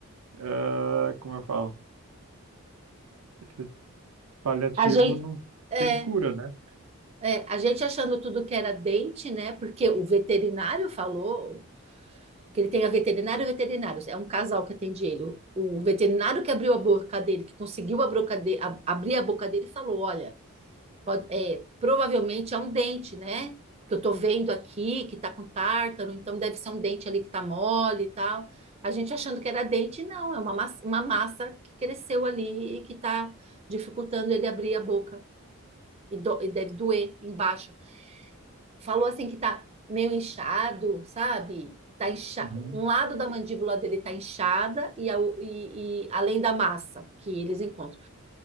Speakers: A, on the right; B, on the right.
A: ah, como eu falo, esse paliativo
B: A gente,
A: não
B: é,
A: tem cura, né?
B: é, a gente achando tudo que era dente, né? Porque o veterinário falou, que ele tenha veterinário e veterinários. É um casal que atende ele. O, o veterinário que abriu a boca dele, que conseguiu a boca de- a- abrir a boca dele, falou: Olha, pode- é, provavelmente é um dente, né? Porque eu tô vendo aqui que tá com tártaro, então deve ser um dente ali que tá mole e tal. A gente achando que era dente, não, é uma massa, uma massa que cresceu ali e que tá dificultando ele abrir a boca. E, do- e deve doer embaixo. Falou assim que tá meio inchado, sabe? Tá incha...
A: Uhum.
B: Um lado da mandíbula dele tá inchada e, a, e, e além da massa que eles encontram.